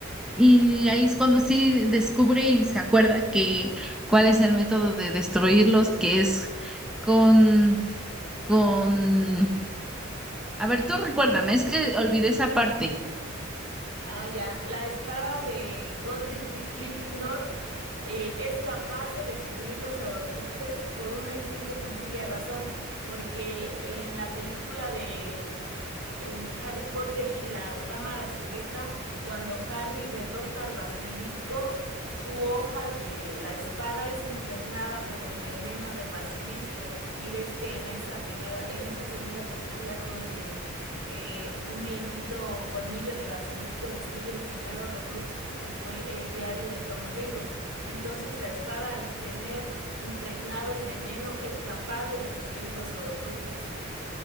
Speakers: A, in the centre; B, on the right.
A: y ahí es cuando sí descubre y se acuerda que cuál es el método de destruirlos, que es con, con... A ver, tú recuérdame, es que olvidé esa parte.
B: Ah, ya. La espada de Godric Di- Gryffindor eh, es capaz de destruir los Horrocruxes por una y simple y sencilla razón, porque en la película de eh, Harry Potter y la Cámara Secreta, cuando Harry derrota al basilisco, su hoja de la espada es impregnada con el veneno del basilisco. Y ves que en esa primera, en esa segunda película es donde eh, un dientito o colmillo de basilisco destruye el primer Horrocrux que fue el diario de Tom Riddle. Entonces la espada al tener impregnado el veneno es capaz de destruir los Horrocruxes.